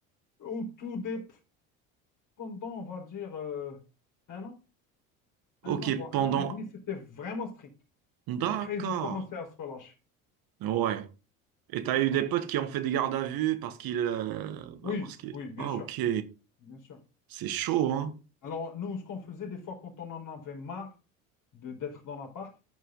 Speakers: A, on the left; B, on the right.
A: au tout des, pendant, on va dire, euh, un an. Un
B: Ok,
A: an, voire
B: pendant.
A: un an et demi, c'était vraiment strict.
B: D'accord.
A: Après, ils ont commencé à se relâcher.
B: Ouais. Et t'as eu
A: Voilà.
B: des potes qui ont fait des gardes à vue parce qu'ils, euh,
A: Oui,
B: bah parce qu'ils.
A: oui, bien
B: Ah,
A: sûr,
B: ok.
A: bien sûr.
B: C'est chaud, hein?
A: Alors, nous, ce qu'on faisait des fois quand on en avait marre de d'être dans l'appart,